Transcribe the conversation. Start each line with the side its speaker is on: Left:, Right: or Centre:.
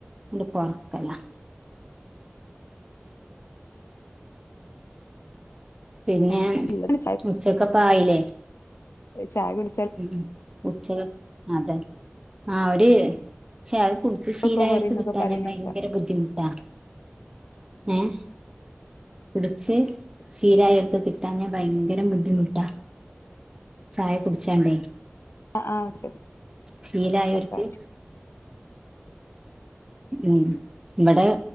Right: കൊർക്കല പിന്നെ
Left: ആഹ് അതിലാണ്
Right: ഉച്ചക്കക്ക് ആയില്ലേ
Left: ഒരു ചായ കുട
Right: ഉം ഉച്ച അതെ ആഹ് ഒരു ച ച്ച്
Left: ഒറക്കൊക്കെ
Right: ശീലായോൽക്ക്
Left: കൊറയുന്നൊക്കെ
Right: കിട്ടാഞാ
Left: പറയണേക്കാം
Right: ഭയങ്കര ബുദ്ധിമുട്ടാ ഏഹ് കുടിച്ച് ശീലായവർക്ക് കിട്ടാഞാ ഭയങ്കര ബുദ്ധിമുട്ടാ ചായ കുടിച്ചാണ്ടേ
Left: ആഹ് ആഹ് ഉച്ചക്കുള്ള
Right: ശീലായവർക്ക്
Left: ചായ
Right: ഉം ഇവിടെ